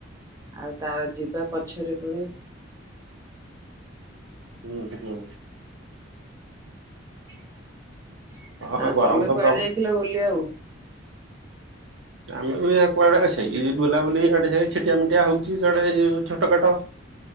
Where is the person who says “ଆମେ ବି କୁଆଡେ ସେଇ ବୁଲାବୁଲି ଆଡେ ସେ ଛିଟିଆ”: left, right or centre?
Right